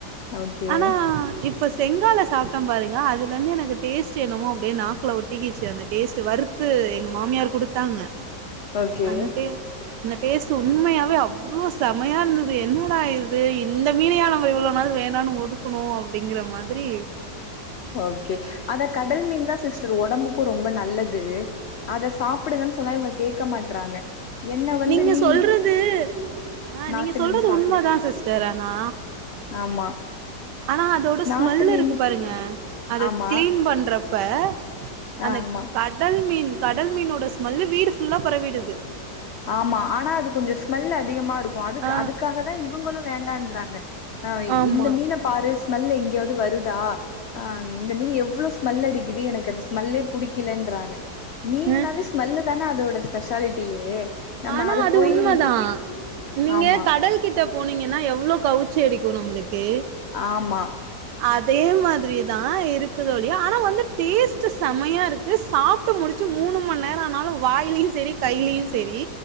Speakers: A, on the left; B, on the right.
A: ஓகே
B: ஆனா இப்ப செங்கால சாப்ட்ட பாருங்க அதுல இருந்து எனக்கு டேஸ்ட் என்னமோ அப்டியே நாக்குள ஒட்டிகிச்சு அது டேஸ்ட் வறுத்து எங்க மாமியார் கொடுத்தாங்க
A: ஓகே
B: அந்த டே அந்த டேஸ்ட் உண்மையாவே அவ்ளோ செமையா இருந்தது என்னடா இது இந்த மீனையா நம்ம இவ்வளோ நாள் வேணானு ஒது ஒதுக்குணோ அப்டிங்கிற மாதிரி
A: ஓகே அத கடல் மீன் தா சிஸ்டர் உடம்புக்கும் ரொம்ப நல்லது. அத சாப்புடுங்கன்னு சொன்னா இவங்க கேட்க மாட்றாங்க என்ன வந்து
B: நீங்க
A: நீ
B: சொல்றது ஆ
A: நாட்டு
B: நீங்க சொல்றது
A: மீன் சாப்பிடு
B: உண்ம தா சிஸ்டர் ஆனா
A: ஆமா
B: ஆனா அதோட ஸ்மெல்லு
A: நாட்டு மீன்
B: இருக்கு பாருங்க அத
A: ஆமா
B: கிளீன் பண்றப்ப
A: ஆ
B: அந்த
A: ஆமா
B: கடல் மீன் கடல் மீனோட ஸ்மெல்லு வீடு ஃபுல்லா பரவிடுது
A: ஆமா ஆனா அது கொஞ்ச ஸ்மெல் அதிகமா இருக்கும். அதுக்கு
B: ஆ
A: அதுக்காக தா இவங்களும் வேண்டாம்றாங்க அ
B: ஆமா
A: இந்த மீன பாரு ஸ்மெல் எங்கேயாவது வருதா ஆஹ் இந்த மீன் எவ்ளோ ஸ்மெல் அடிக்குது எனக்கு அந்த ஸ்மெல்லே பிடிக்கலன்றாங்க மீன்னாவே
B: அ
A: ஸ்மெல்லு தான அதோட ஸ்பெஷாலிட்டியே நம்ம
B: ஆனா
A: அத
B: அது
A: போய்
B: உண்மதா நீங்க
A: ஆமா
B: கடல் கிட்ட போனீங்கன்னா எவ்வளோ கவுச்சி அடிக்கும் நம்மளுக்கு
A: ஆமா
B: அதே மாதிரி தா இருக்குதோ இல்லிய ஆனா வந்து டேஸ்ட் செமையா இருக்கு சாப் சாப்ட்டு முடிச்சு மூணு ம நேரம்னாலு வாயிலயு சேரி, கையிலயு சேரி